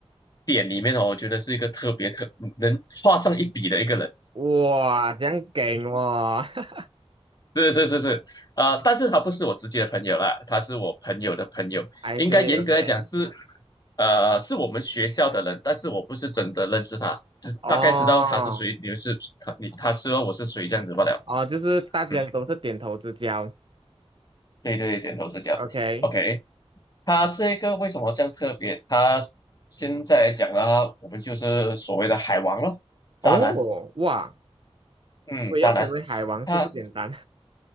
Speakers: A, on the left; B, on the right.
A: 点里面哦，我觉得是一个特别特能画上一笔的一个人。
B: 哇，这样给我 <laughs>
A: 是是是是，呃，但是他不是我直接的朋友啦，他是我朋友的朋友，
B: ，I
A: 应该严格来讲是，
B: see OK，
A: 呃，是我们学校的人，但是我不是真的认识他，只大概知道他是谁，
B: 哦
A: 你们是他你他知道我是谁这样子罢了。
B: 哦，就是大家都是点头之交
A: 嗯。对对对点头是这样。
B: ，OK，
A: OK，他这个为什么这样特别？他现在来讲呢，我们就是所谓的海王咯，渣男，
B: 哦，哇，
A: 嗯，
B: 我也要成为海王是不简单
A: 渣男。他